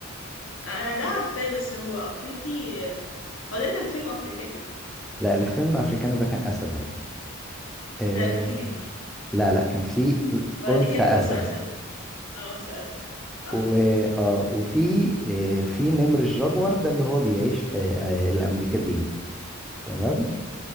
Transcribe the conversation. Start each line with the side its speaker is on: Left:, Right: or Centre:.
Left: انا ده عارفاه بس هو افريقي هو ده كان فيلم افريكانو
Centre: لا الفيلم أفريكانا ده كان أسد عادي آه
Left: لا كان في نمر
Centre: لا لا كان في
Left: ولا
Centre: أنثى
Left: دي كانت
Centre: أسد
Left: انثى اسد اه انثى اسد صح
Centre: و... آه وفي آه في نمر الجاجوار ده اللي هو بيعيش في آه الأمريكتين تمام